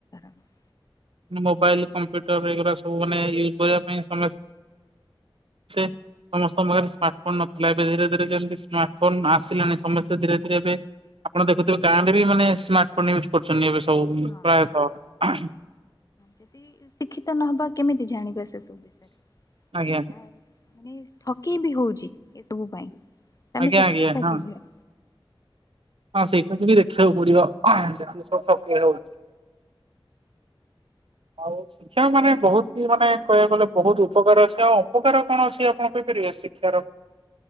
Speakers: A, on the left; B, on the right.
A: <unintelligible>
B: ମୋବାଇଲ କମ୍ପ୍ୟୁଟର ଏଗୁଡା ସବୁ ମାନେ ଇଏ କରିବା ପାଇଁ ସମସ୍ତେ ସେ ସମସ୍ତଙ୍କ ପାଖରେ ସ୍ମାର୍ଟ ଫୋନ ନଥିଲା ଏବେ ଧୀରେ ଧୀରେ ଯେମିତି ସ୍ମାର୍ଟ ଫୋନ ଆସିଲାଣି ସମସ୍ତେ ଧୀରେ ଧୀରେ ଏବେ ଆପଣ ଦେଖୁଥିବେ ଗାଁ ରେ ବି ମାନେ ସ୍ମାର୍ଟ ଫୋନ ୟୁଜ୍ କରୁଛନ୍ତି ଏବେ ସବୁ
A: ହଁ
B: ପ୍ରାୟତଃ।
A: ଯଦି ଶିକ୍ଷିତ ନହବା କେମିତି ଜାଣିବା ସେ ସବୁ ବିଷୟରେ
B: ଆଜ୍ଞା
A: ଆ ମାନେ ଠକେଇ ବି ହଉଛି ଏସବୁ ପାଇଁ। ଆମେ
B: ଆଜ୍ଞା
A: ସେଥିରେ
B: ଆଜ୍ଞା
A: ଫସିଯିବା।
B: ହଁ। ହଁ ସେଇଟାକୁ ବି ଦେଖିବାକୁ ପଡିବଯେତିକ ସବୁ ଠକେଇ ହଉଛି। ଆଉ ଶିକ୍ଷା ମାନେ ବହୁତ କି ମାନେ କହିବାକୁ ଗଲେ ବହୁତ ଉପକାର ଅଛି ଆଉ ଅପକାର କଣ ଅଛି ଆପଣ କହି ପା ରିବେ ଶିକ୍ଷାର?